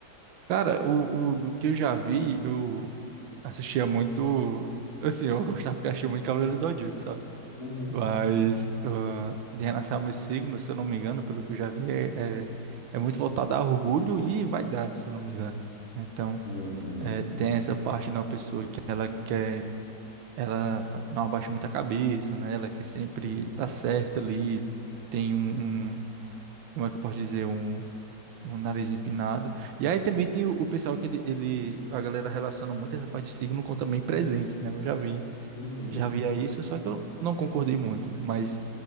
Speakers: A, on the right; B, on the left.
A: Cara, o, o do que eu já vi, eu assistia muito. Assim, eu gostava porque achei muito Cavaleiro do Zodíaco, sabe?
B: Uhum.
A: Mas ah, de relação a meus signos, se eu não me engano, pelo que eu já vi, é, é, é muito voltado a orgulho e vaidade, se eu não me engano. né? Então,
B: Uhum.
A: é, tem essa parte da pessoa que ela quer, ela não abaixa muito a cabeça, né? Ela quer sempre
B: Uhum.
A: estar certa ali, tem um, um- como é que eu posso dizer? um um nariz empinado. E aí também tem o, o pessoal que ele, ele, a galera relaciona muito essa parte de signo com também presentes, né? Eu já vi,
B: Uhum.
A: já via isso, só que eu não concordei muito, né? Mas